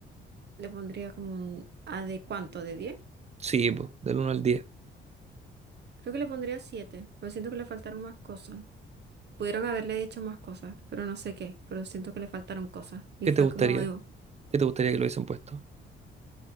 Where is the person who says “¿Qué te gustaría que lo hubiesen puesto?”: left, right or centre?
Right